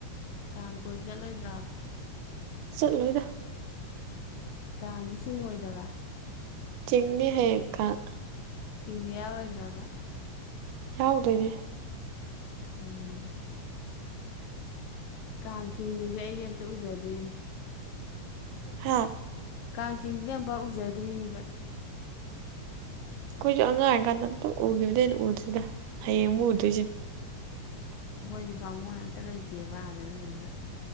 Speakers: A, on the left (about 80°); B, on the right (about 80°).
A: ꯀꯥꯡ ꯀꯣꯏꯕ ꯆꯠꯂꯣꯏꯗ꯭ꯔꯣ
B: ꯆꯠ ꯂꯣꯏꯗ
A: ꯀꯥꯡꯗꯤ ꯆꯤꯡ ꯑꯣꯏꯗꯕ
B: ꯆꯤꯡꯅꯤ ꯍꯌꯦꯡ ꯀꯥꯡ
A: ꯆꯤꯡꯕ ꯌꯥꯎꯔꯣꯏꯗ꯭ꯔꯥꯕ
B: ꯌꯥꯎꯗꯣꯏꯅꯦ
A: ꯎꯝ ꯀꯥꯡ ꯆꯤꯡꯕꯁꯦ ꯑꯩꯗꯤ ꯑꯝꯇ ꯎꯖꯗ꯭ꯔꯤꯅꯦ
B: ꯍꯥ
A: ꯀꯥꯡ ꯆꯤꯡꯁꯦ ꯑꯃꯐꯥꯎ ꯎꯖꯗ꯭ꯔꯤꯕ
B: ꯑꯩꯈꯣꯏꯁꯨ ꯑꯉꯥꯡ ꯑꫭꯏꯔꯤꯀꯥꯟꯗ ꯑꯝꯇ ꯎꯈꯤꯕꯗꯤ ꯍꯦꯟꯅ ꯎꯗ꯭ꯔꯤꯗ ꯍꯌꯦꯡꯕꯨ ꯎꯗꯣꯏꯁꯤꯅꯦ
A: ꯑꯩꯈꯣꯏꯗꯤ ꯕꯥꯃꯣꯟ ꯑꯝꯇ ꯂꯩꯇꯦꯕ ꯑꯗꯥ‌ ꯑꯗꯨꯗꯨꯅ